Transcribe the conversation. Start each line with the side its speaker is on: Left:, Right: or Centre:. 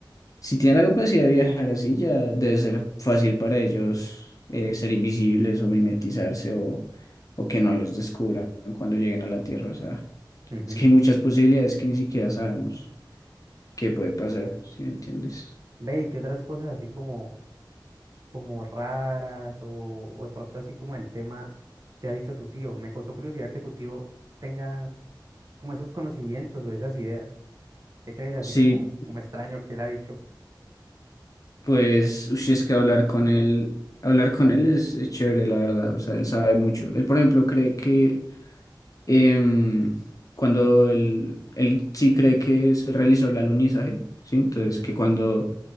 Left: si tiene la capacidad de viajar así, ya debe ser fácil para ellos eh, ser invisibles o mimetizarse o, o que no los descubran cuando lleguen a la Tierra. O sea.
Right: ujú.
Left: Es que hay muchas posibilidades que ni siquiera sabemos qué puede pasar, si me entiendes?
Right: Ve, ¿y qué otras cosas así como, como raras o, o de pronto así como el tema te ha dicho tu tío? Me causó curiosidad que tu tío tenga como esos conocimientos o esas ideas. ¿Qué crees así
Left: Sí,
Right: como, como extraño que él ha dicho?
Left: pues, uy, es que hablar con él, hablar con él es, es chévere, la verdad. O sea, él sabe mucho. Él, por ejemplo, cree que em, cuando él, él sí cree que se realizó el alunizaje, ¿sí? Entonces,
Right: Ujú,
Left: que cuando